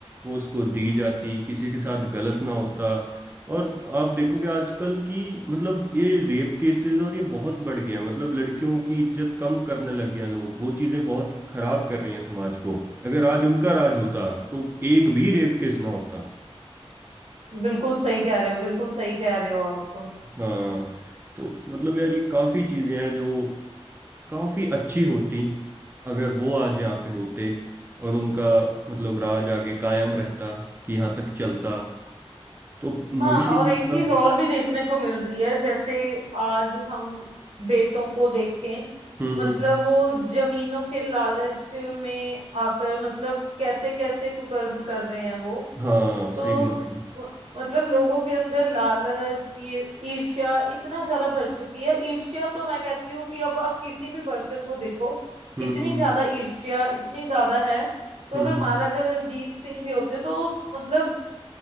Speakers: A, on the right; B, on the right.
A: वो उसको दी जाती किसी के साथ गलत ना होता और आप देखोगे आजकल की मतलब ये रेप केसेस और ये बहुत बढ़ गया है, मतलब लड़कियों की इज्जत कम करने लग गए हैं लोग वो चीजें बहुत खराब कर रही हैं समाज को अगर आज उनका राज होता तो एक भी रेप केस ना होता
B: बिल्कुल सही कह रहे हो बिल्कुल सही कह रहे हो आप
A: हाँ तो मतलब यार ये काफी चीजें हैं जो काफी अच्छी होती अगर वो आज यहाँ पे होते और उनका मतलब राज आगे कायम रहता कि यहाँ तक चलता तो मुझे
B: हाँ
A: नहीं
B: और
A: लगता
B: एक चीज और भी देखने को मिल रही है जैसे आज हम बेटों को देखें
A: हम्म
B: मतलब
A: हम्म
B: वो जमीनों के लालच में आकर मतलब कैसे कैसे कुकर्म कर रहे हैं वो
A: हाँ
B: तो
A: सही बात है
B: म- मतलब लोगों के अंदर लालच ये ईर्ष्या इतना ज्यादा भर चुकी है ईर्ष्या तो मैं कहती हूँ कि अब आप किसी भी पर्सन को देखो
A: हम्म
B: इतनी
A: हम्म
B: ज्यादा ईर्ष्या इतनी ज्यादा है तो
A: हम्म
B: अगर
A: हम्म।
B: महाराजा रणजीत सिंह जी होते तो मतलब